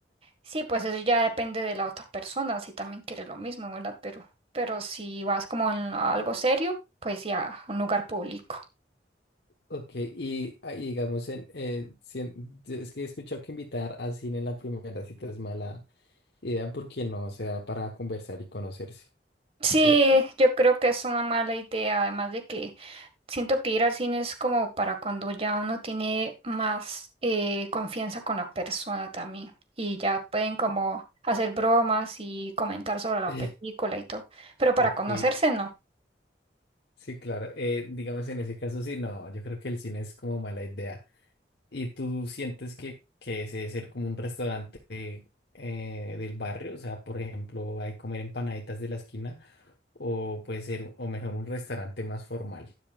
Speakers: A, on the right (about 35°); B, on the left (about 70°).
A: Sí, pues eso ya depende de la otra persona, si también quiere lo mismo, ¿verdad? Pero, pero si vas como en algo serio, pues ya, un lugar público.
B: Ok, y, ah, y digamos, en, eh, si en- yo es que he escuchado que invitar a cine en la primera cita es mala idea porque no se da para conversar y conocerse,
A: Sí,
B: ¿cierto?
A: yo creo que es una mala idea, además de que Siento que ir al cine es como para cuando ya uno tiene más eh, confianza con la persona también y ya pueden como hacer bromas y comentar sobre la
B: <laughs>
A: película y todo, pero
B: Ok,
A: para conocerse no.
B: sí, claro. Eh, digamos, en ese caso, sí, no, yo creo que el cine es como mala idea. ¿Y tú sientes que, que ese debe ser como un restaurante eh, del barrio? O sea, por ejemplo, hay comer empanaditas de la esquina o puede ser, o mejor, un restaurante más formal.